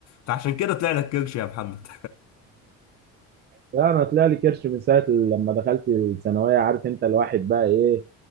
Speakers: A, on the left (about 55°); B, on the right (about 30°).
A: فعشان كده طلع لك كرش يا محمد
B: لا انا طلع لي كرش من ساعه لما دخلت الثانويه عارف انت الواحد بقى ايه